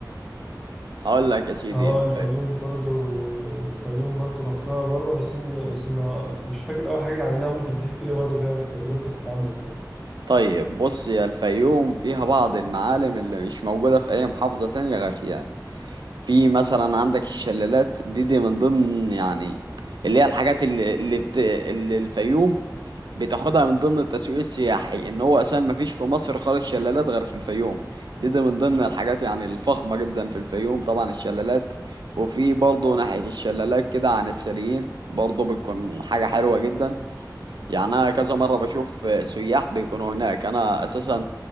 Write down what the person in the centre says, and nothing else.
اه
الفيوم برضو الفيوم برضو رحتها مرة بس إن- بس ما مش فاكر أوي حاجات عنها ممكن تحكي لي برضو كده تجربتك كانت عاملة إزاي